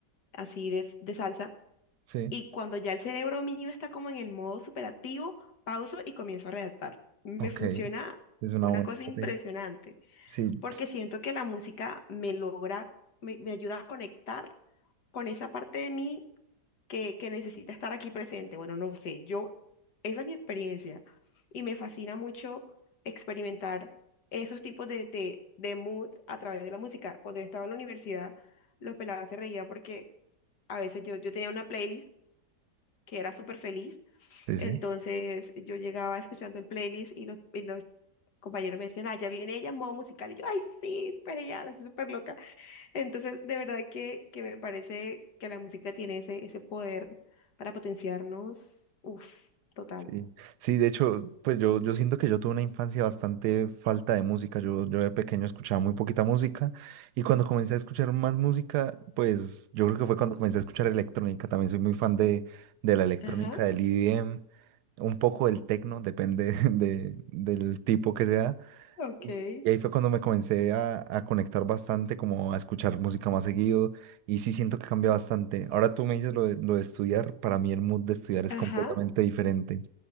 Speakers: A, on the left; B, on the right.
A: así de de salsa.
B: Sí,
A: Y cuando ya el cerebro mío está como en el modo superactivo, pauso y comienzo a redactar. Me
B: ok,
A: funciona
B: es una
A: una
B: buena
A: cosa
B: estrategia.
A: impresionante,
B: Sí,
A: porque siento que la música me logra, me, me ayuda a conectar con esa parte de mí que, que necesita estar aquí presente. Bueno, no sé, yo, esa es mi experiencia y me fascina mucho experimentar esos tipos de, de, de moods a través de la música. Cuando yo estaba en la universidad, los pelados se reían porque a veces yo, yo tenía una playlist que era súper feliz
B: sí,
A: entonces
B: sí,
A: yo llegaba escuchando el playlist y los, y los compañeros me decían, ah, ya viene ella en modo musical. Y yo, ay, sí, espere ya, la estoy súper loca. Entonces, de verdad que, que me parece que la música tiene ese, ese poder para potenciarnos. Uf, total.
B: sí. Sí, de hecho, pues yo, yo siento que yo tuve una infancia bastante falta de música. Yo, yo de pequeño escuchaba muy poquita música y cuando comencé a escuchar más música, pues yo creo que fue cuando comencé a escuchar electrónica. También soy muy fan de, de la electrónica,
A: Ajá,
B: del EDM, un poco del techno, depende <laughs> de, del tipo que sea.
A: ok.
B: Y, y ahí fue cuando me comencé a, a conectar bastante, como a escuchar música más seguido, y sí siento que cambia bastante. Ahora tú me dices lo de, lo de estudiar, para mí el mood de estudiar es
A: Ajá,
B: completamente diferente.